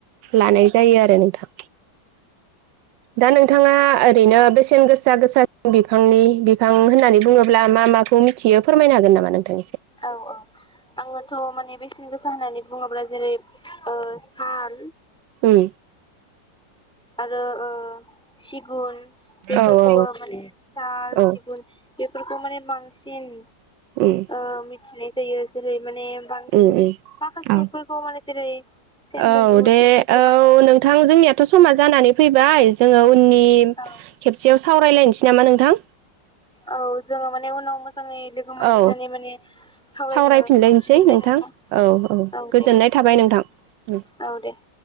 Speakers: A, on the right (about 85°); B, in the centre.
A: लानाय जायो आरो नोंथां दा नोंथाङा ओरैनो बेसेन गोसा गोसा बिफांनि बिफां होननानै बुङोब्ला मा माखौ मिथियो फोरमायनो हागोन नामा नोंथां
B: औ औ आङोथ माने बेसेन गोसा होनानै बुङोब्ला जेरै ओ साल
A: उम
B: आरो ओ सिगुन बेफोरखौबो
A: औ औ
B: माने साल
A: औ
B: सिगुन बेफोरखौ माने बांसिन
A: उम
B: ओ मि मिथिनाय जायो जेरै माने बांसिन
A: उम
B: माखासेफोरखौ
A: उम
B: माने जेरै सेन्देलउद
A: औ दे
B: इफोरखौ
A: औ
B: माने
A: नोंथां जोंनियाथ' समा जानानै फैबाय जोङो उननि
B: औ
A: खेबसेयाव सावरायलायनोसै नामा नोंथां
B: औ जोङो माने उनाव मोजाङै लोगो मोनफिननानै
A: औ
B: माने सावरायनो
A: सावरायफिनलायनोसै
B: हासिगोन दे नोंथां
A: औ
B: औ
A: गोजोननाय
B: दे गोजोनथों
A: थाबाय नोंथां उम
B: औ दे <inaudible>